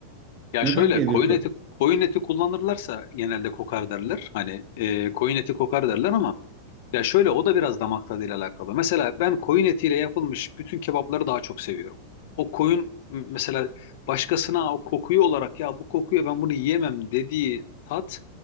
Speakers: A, on the left; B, on the right.
A: Ya
B: Neden
A: şöyle
B: geliyor?
A: koyun
B: ko-
A: eti koyun eti kullanırlarsa genelde kokar derler. Hani e, koyun eti kokar derler ama ya şöyle o da biraz damak tadıyla alakalı. Mesela ben koyun etiyle yapılmış bütün kebapları daha çok seviyorum. O koyun m- mesela başkasına o kokuyu olarak ya bu kokuyor ben bunu yiyemem dediği tat